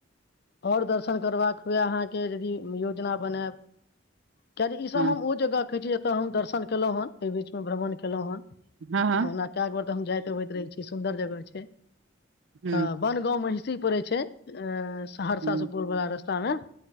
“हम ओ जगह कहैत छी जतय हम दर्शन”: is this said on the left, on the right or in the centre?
Left